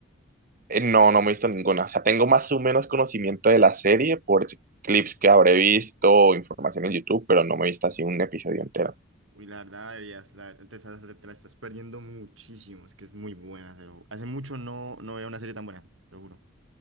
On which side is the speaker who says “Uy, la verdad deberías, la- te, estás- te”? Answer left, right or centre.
Right